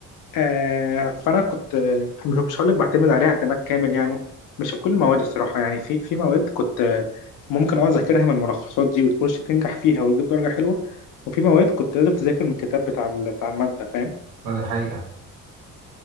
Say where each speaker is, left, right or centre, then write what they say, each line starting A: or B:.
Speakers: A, on the left; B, on the right.
A: آه فانا كنت آه، مش مش هقول لك بعتمد عليها اعتماد كامل يعني مش في كل المواد الصراحة يعني في في مواد كنت آه، ممكن اه اذاكرها من الملخصات دي وتخش تنجح فيها وتجيب درجة حلوة وفي مواد كنت لازم تذاكر من الكتاب بتاع ال- بتاع المادة فاهم
B: ده دي حقيقة